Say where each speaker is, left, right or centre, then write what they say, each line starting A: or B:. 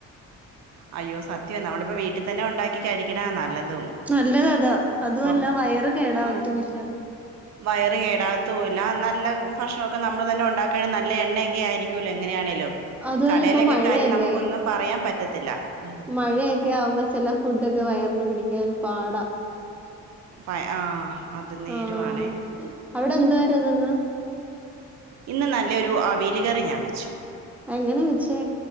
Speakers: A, on the right; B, in the centre.
A: അയ്യോ സത്യം നമ്മളിപ്പോ വീട്ടിൽ തന്നെ ഉണ്ടാക്കി കഴിക്കണ നല്ലതും
B: നല്ലത് അതാ അതുമല്ല
A: പുറ
B: വയറ് കേടാകത്തൂല്ല
A: ആ വയറ് കേടാത്തുല്ല നല്ല ഭക്ഷണൊക്കെ നമ്മള് തന്നെ ഉണ്ടാക്കുകണെ നല്ല എണ്ണയൊക്കെ ആയിരിക്കുമല്ലോ എങ്ങനെയാണേങ്കലും
B: അതുമല്ല
A: കടയിലൊക്കെ
B: ഇപ്പൊ മഴയല്ലേ
A: കാര്യം നമുക്കൊന്നും പറയാൻ പറ്റത്തില്ല ഉം
B: മഴയൊക്കെ ആവുമ്പോ ചില ഫുഡൊക്കെ വയർന്നു പിടിക്കാൻ പാടാ
A: പ- ആ അത് നേരുവാണേ
B: ആഹ് അവിടെ എന്തുവാരുന്നുന്ന്
A: ഇന്ന് നല്ലൊരു അവിയല് കറി ഞാൻ വെച്ചു
B: എങ്ങനെ വച്ചേ